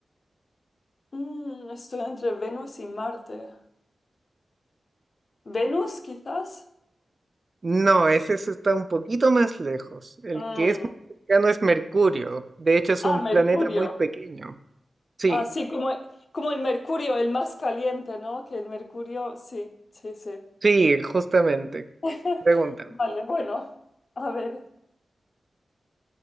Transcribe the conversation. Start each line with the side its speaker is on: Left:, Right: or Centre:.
Left: Mm, estoy entre Venus y Marte. ¿Venus, quizás?
Right: No, ese sí está un poquito más lejos. El
Left: Mm.
Right: que es más cercano es Mercurio. De hecho, es
Left: Ah,
Right: un
Left: Mercurio.
Right: planeta muy pequeño. Sí,
Left: Ah, sí, como, como el Mercurio, el más caliente, ¿no? Que el Mercurio, sí, sí, sí.
Right: Sí, justamente.
Left: <laughs>
Right: Pregúntame.
Left: Vale, bueno, a ver,